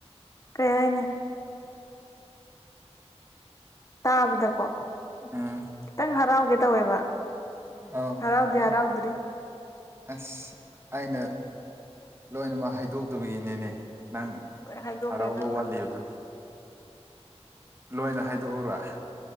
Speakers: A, on the left; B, on the right.
A: ꯀꯩ ꯍꯥꯏꯅꯤ ꯇꯥꯕꯗꯀꯣ
B: ꯑ
A: ꯈꯤꯇꯪ ꯍꯔꯥꯎꯒꯦ ꯇꯧꯋꯦꯕ
B: ꯑꯥꯎ
A: ꯍꯔꯥꯎꯗꯤꯦ
B: ꯑꯩ
A: ꯍꯔꯥꯎꯗ꯭ꯔꯤ
B: ꯑꯁ ꯑꯩꯅ ꯂꯣꯏꯅꯃꯛ ꯍꯥꯏꯗꯣꯛꯇꯕꯒꯤꯅꯤꯅꯦ ꯅꯪ
A: ꯂꯣꯏ ꯍꯥꯏꯗꯣꯛꯈ꯭ꯔꯦ
B: ꯍꯔꯥꯎꯕꯧ
A: ꯅꯪꯅ
B: ꯋꯥꯜꯂꯤꯗ ꯂꯣꯏꯅ ꯍꯥꯏꯗꯣꯛꯎꯔ